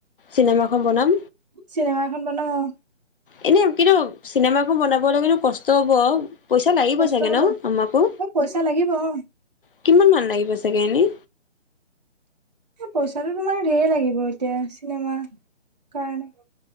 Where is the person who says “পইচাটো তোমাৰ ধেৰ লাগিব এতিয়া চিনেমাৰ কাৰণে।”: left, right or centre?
Right